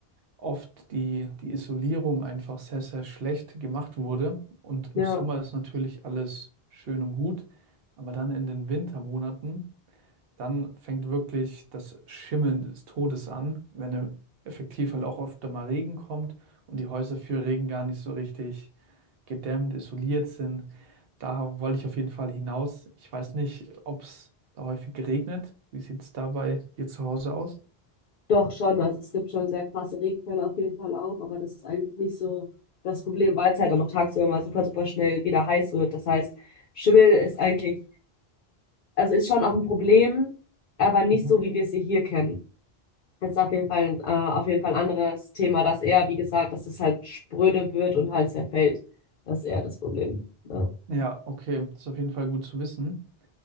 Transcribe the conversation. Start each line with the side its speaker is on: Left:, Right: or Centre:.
Right: oft die, die Isolierung einfach sehr, sehr schlecht gemacht wurde. Und im
Left: Ja.
Right: Sommer ist natürlich alles schön und gut, aber dann in den Wintermonaten, dann fängt wirklich das Schimmeln des Todes an, wenn im- effektiv halt auch öfter mal Regen kommt und die Häuser für Regen gar nicht so richtig gedämmt, isoliert sind. Da wollte ich auf jeden Fall hinaus. Ich weiß nicht, ob es da häufig regnet. Wie sieht es da bei dir zu Hause aus?
Left: Doch schon, also es gibt schon sehr krasse Regenfälle auf jeden Fall auch, aber das ist eigentlich nicht so das Problem, weil es halt dann noch tagsüber mal super, super schnell wieder heiß wird. Das heißt, Schimmel ist eigentlich, also ist schon auch ein Problem, aber nicht
Right: Mhm.
Left: so, wie wir es hier kennen. Das ist auf jeden Fall, äh, auf jeden Fall ein anderes Thema, dass eher, wie gesagt, dass es halt spröde wird und halt zerfällt. Das ist eher das Problem. Ja.
Right: Ja, okay, das ist auf jeden Fall gut zu wissen.